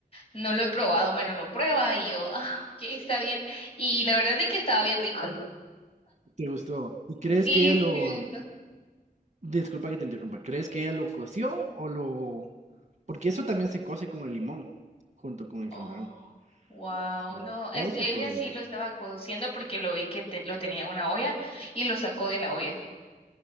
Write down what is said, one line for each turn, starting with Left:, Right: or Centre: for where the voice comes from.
Left: no lo he probado, bueno, lo prueba y yo, ah, ok, está bien. Y la verdad es que estaba bien rico.
Right: ¿Te gustó? ¿Y crees
Left: Sí,
Right: que ella lo...
Left: sí, me gustó.
Right: Disculpa que te interrumpa, ¿crees que ella lo coció o lo... Porque eso también se cose con el limón, junto con el
Left: Oh,
Right: camarón.
Left: wow,
Right: Ajá.
Left: no,
Right: O
Left: es,
Right: se
Left: ella
Right: podría...
Left: sí lo estaba cociendo porque lo vi que te- lo tenía en una olla y lo sacó de la olla,